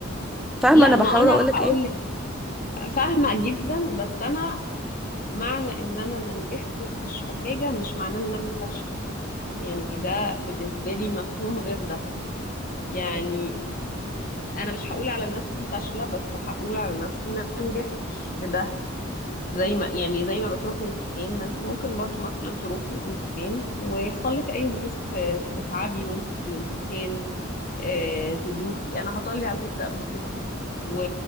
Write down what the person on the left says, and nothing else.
لا
ما
انا
هقول
لك فاهمه جدا بس انا معنى ان انا ما نجحتش في حاجه مش معناه ان انا فاشله يعني ده بالنسبة لي مفهوم غير ده يعني أنا مش هقول على نفسي فاشلة بس هقول على نفسي ما نجحتش في ده زي ما يعني زي ما بتروحي امتحان ما انت ممكن برضو مثلا تروحي امتحان ويحصل لك أي ظروف آه، تتعبي وانت في الامتحان آه، تدوخي أنا حصل لي على فكرة قبل كده و...